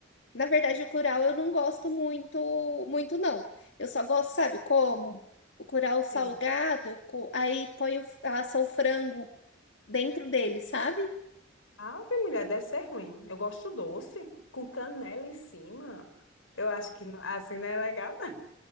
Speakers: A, on the left; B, on the left.
A: Na verdade, o curau eu não gosto muito, muito não. Eu só gosto, sabe como? O curau salgado,
B: Sim.
A: co- aí põe o, assa o frango dentro dele, sabe?
B: Ah, bem mulher, deve ser ruim. Eu gosto doce, com canela em cima. Eu acho que não- assim não é legal, não.